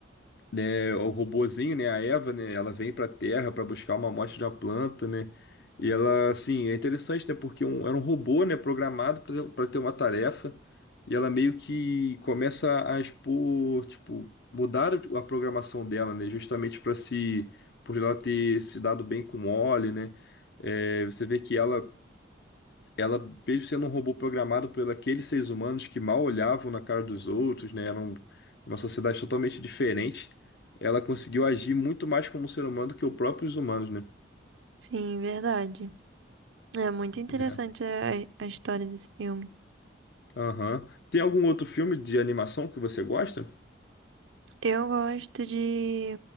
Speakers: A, on the left; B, on the right.
A: né, o robozinho, né, a Eva, né, ela vem para a Terra para buscar uma amostra de uma planta, né? E ela, assim, é interessante, né, porque um, era um robô, né, programado para ter uma tarefa, e ela meio que começa a expor, tipo, mudar a programação dela, né, justamente para se por ela ter se dado bem com o Oli, né? É, você vê que ela ela, mesmo sendo um robô programado por aqueles seres humanos que mal olhavam na cara dos outros, né, eram uma sociedade totalmente diferente, ela conseguiu agir muito mais como um ser humano do que os próprios humanos, né?
B: sim, verdade. É muito interessante
A: É.
B: a, a história desse filme.
A: Aham. Tem algum outro filme de animação que você gosta?
B: Eu gosto de